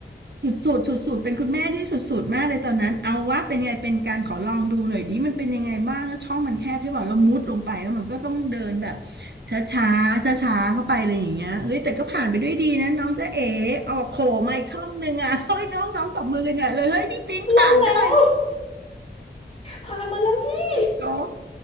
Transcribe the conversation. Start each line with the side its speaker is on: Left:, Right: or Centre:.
Right: สุดๆสุดๆเป็นคุณแม่ที่สุดๆมากเลยตอนนั้น เอาว่าเป็นไงเป็นการขอลองดูหน่อยดิมันเป็นยังไงบ้างแล้วช่องมันแคบใช่ป่ะเรามุดลงไปแล้วมันก็ต้องเดินแบบช้าชาช้าช้าๆเข้าไปเลยอย่างเงี้ยเฮ้ยแต่ก็ผ่านไปด้วยดีนะน้องจ๊ะเอ๋เอาโผล่มาอีกช่องหนึ่งอ่ะเฮ้ยน้องน้องตบมือกันใหญ่เลยเฮ้ยพี่ปิ๊งผ่านได้เวะ
Left: รอดแล้วผ่านมาแล้วพี่
Right: โจ๊ก